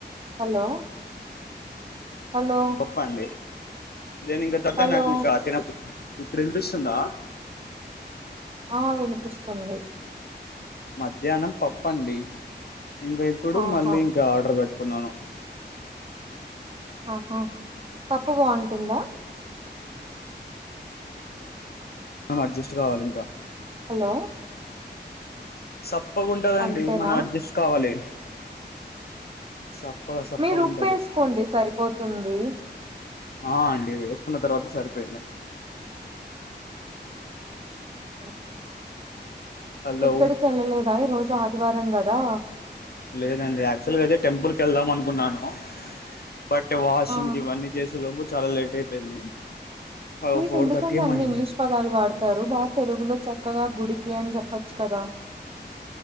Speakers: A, on the right; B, on the left.
A: హలో హలో
B: పప్పు అండి నేను ఇంకా త
A: హలో
B: త తిన ఇప్పుడు వినిపిస్తుందా
A: ఆ వినిపిస్తుంది
B: మధ్యాహ్నం పప్పండి ఇంకా ఇప్పుడు
A: ఆహా
B: మళ్ళీ ఇంకా ఆర్డర్ బే ట్టుకున్నాను
A: ఆహా పప్పు బాగుంటుందా
B: ఆ అడ్జస్ట్ కావాలి ఇంకా
A: హలో
B: సప్ ప్పగుంటదండి
A: అంతేనా
B: మనం అడ్జస్ట్ కావాలి సప్పగా సప్పగా
A: మీరు ఉప్పు
B: ఉంటది
A: వేసుకోండి సరిపోతుంది
B: ఆ అండి వేసుకున్న తర్వాత సరిపోయింది
A: ఆ
B: హలో
A: ఎక్కడికి వెళ్ళలేదా ఈ రోజు ఆదివారం క దా
B: లేదండి యాక్చువల్గా అయితే టెంపుల్కివెళ్దాం అనుకున్నాను బట్ టే వాషింగ్
A: ఆ
B: ఇంక ఇవన్నీ చేసేలోపు చాలా లేట్ అయిపోయింది ఫవ్
A: మీరు
B: ఫోర్
A: ఎందుకండి
B: థర్టీ ఏమో
A: అన్ని
B: అయింది
A: ఇంగ్లీష్ పదాలు వాడుతారు బాగా తెలుగులో చక్కగా గుడికి అని జెప్ పచ్చు కదా